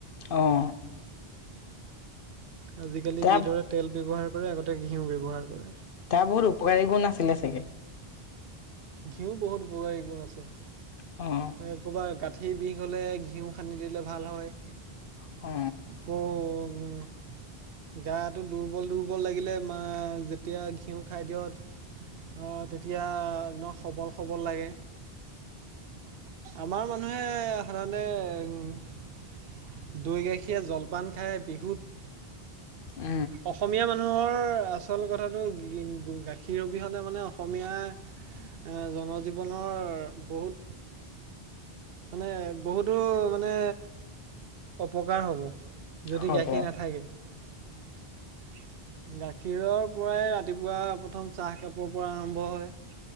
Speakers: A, on the left (about 60°); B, on the right (about 70°).
A: অ'।
B: আজিকালি
A: তাৰ
B: যিদৰে তেল ব্যৱহাৰ কৰে, আগতে ঘিউ ব্যৱহাৰ কৰে।
A: তাৰ বহুত উপকাৰী গুণ আছিলে চাগে।
B: ঘিউ বহুত উপকাৰী গুণ আছে।
A: অ'।
B: ক'ৰবাত গাঁঠিৰ বিষ হ'লে ঘিউ সানি দিলে ভাল হয়
A: অ
B: আকৌ গাটো দুৰ্বল দুৰ্বল লাগিলে মা যেতিয়া ঘিউ খাই দিয়ক তেতিয়া সবল সবল লাগে আমাৰ মানুহে সাধাৰণতে উম দৈ গাখী পখীয়ে জলপান খায় বিহুত
A: উ
B: অসমীয়া মানুহৰ আচল কথাটো গাখীৰ অবিহলে মানে অসমীয়া এ জনজীৱনৰ বহুত মানে বহুতো মানে অপকাৰ হ'ব যদি
A: হ'ব
B: গাখীৰ নাথাকে গাখীৰৰ পৰাই ৰাতিপুৱা প্ৰথম চাহ কাপৰ পৰা আৰম্ভ হয়